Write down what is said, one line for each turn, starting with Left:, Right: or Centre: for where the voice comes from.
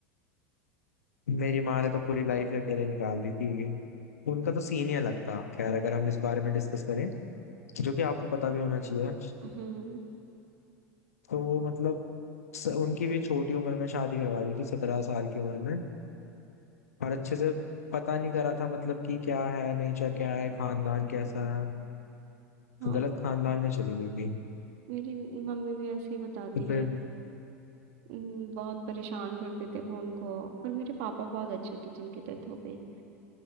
Left: मेरी माँ ने तो पूरी लाइफ ही अकेले निकाल दी थी उनका तो सीन ही अलग था खैर अगर हम इस बारे में डिस्कस करें जो कि आपको पता भी होना चाहिए
Right: हम्म
Left: तो मतलब स, उनकी भी छोटी उम्र में शादी करवा दी थी सत्रह साल की उम्र में और अच्छे से पता नहीं करा था मतलब कि क्या है नेचर क्या है खानदान कैसा है
Right: हाँ
Left: तो गलत खानदान में चली गई थी
Right: मेरी मम्मी भी ऐसे ही बताती
Left: तो फिर
Right: है हम्म, बहुत परेशान करते थे वो उनको पर मेरे पापा बहुत अच्छे थे जिनकी डेथ हो गई